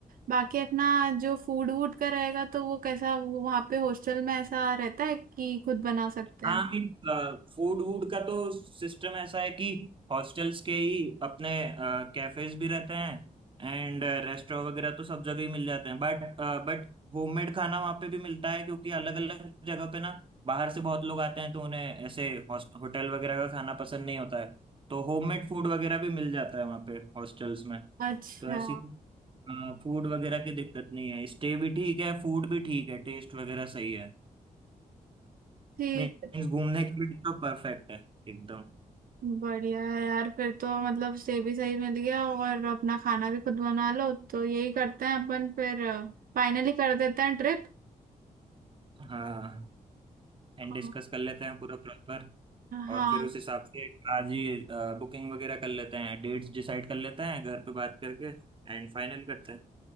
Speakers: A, on the right (about 80°); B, on the right (about 35°).
A: बाकी अपना जो फूड वूड का रहेगा तो वो कैसा वो वहाँ पे हॉस्टल में ऐसा रहता है कि खुद बना सकते
B: हाँ
A: हैं
B: मीन फूड वूड का तो सिस्टम ऐसा है कि हॉस्टल्स के ही अपने कैफेज भी रहते हैं एंड रेस्टोरेंट वगैरह तो सब जगह ही मिल जाते हैं बट बट होममेड खाना वहाँ पे भी मिलता है क्योंकि अलग अलग जगह पे ना बाहर से बहुत लोग आते हैं तो उन्हें ऐसे होटल वगैरह का खाना पसंद नहीं होता है तो होममेड फूड वगैरह भी मिल जाता है वहाँ पे हॉस्टल्स में
A: अच्छा
B: तो ऐसी फूड वगैरह की दिक्कत नहीं है स्टे भी ठीक है फूड भी ठीक है टेस्ट वगैरह सही है
A: ठीक
B: मीन्स घूमने के लिए तो परफेक्ट है एकदम
A: बढ़िया है यार फिर तो मतलब स्टे भी सही मिल गया और अपना खाना भी खुद बना लो तो यही करते हैं अपन फिर फाइनली कर देते हैं ट्रिप
B: हाँ एंड
A: हाँ
B: डिस्कस कर लेते हैं पूरा प्रॉपर
A: हाँ
B: और फिर उस हिसाब से आज ही बुकिंग वगैरह कर लेते हैं डेट्स डिसाइड कर लेते हैं घर पे बात करके एंड फाइनल करते हैं